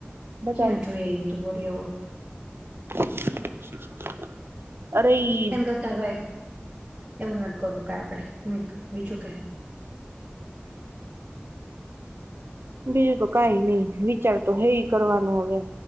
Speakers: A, on the right; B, on the right.
A: બતાવ
B: ક્યાં જોઈ આયવી તુ વરી એવો <inaudible>
A: <inaudible> ઈ
B: એના કરતા ભાઈ એવું નથી કરું કય આપણે મૂઈક બીજું કે
A: બીજું તો કઈ નઈ વિચાર તો હે કરવાનું હવે